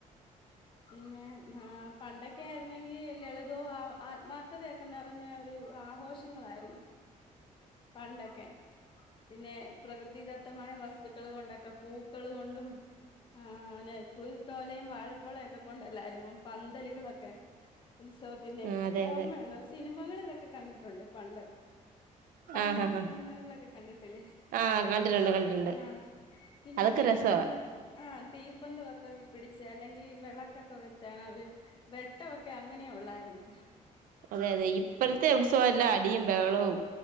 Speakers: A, on the left; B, on the right.
A: പിന്നെ ആഹ് പണ്ടൊക്കെ ആയിരുന്നെങ്കി ലളിതോം ആത്മാർഥതയൊക്കെ നിറഞ്ഞ ഒരു ആഘോഷ ങ്ങളായിരുന്നു പണ്ടൊക്കെ പിന്നെ പ്രകൃതിദത്തമായ വസ്തുക്കള് കൊണ്ടൊക്കെ പൂക്കള് കൊണ്ടും ആഹ് അലെ കുഴിത്തോലേം വാഴ പോളൊക്കെ കൊണ്ടല്ലായിരുന്നോ പന്തല്കളൊക്കെ ഉത്സവത്തിന്റെ
B: ആ അതെ
A: ഓർമ്മയുണ്ടോ?
B: അതെ
A: സിനിമകളിലൊക്കെ കണ്ടിട്ട്ണ്ട് പണ്ട്. പണ്ടത്തെ
B: ആഹ് ആഹ്
A: സിനിമകളിലൊക്കെ കണ്ടിട്ടില്ലേ
B: ആഹ് കണ്ടിട്ടുണ്ട് കണ്ടിട്ടുണ്ട്
A: ആഹ് പിന്നെ
B: അതൊക്കെ
A: തീ
B: രസവാ
A: പൊന്താ ആഹ് തീപ്പൊന്ത ഒക്കെ പിടിച്ച് അല്ലെങ്കി ഈ വെളക്കൊക്കെ വെച്ചാണ് അവര് വെട്ടൊവൊക്കെ അങ്ങനെ ഒള്ളാര്ന്നു.
B: അതെ അതെ ഇപ്പഴത്തെ ഉത്സവെല്ലാം അടിയും ബെഹളവും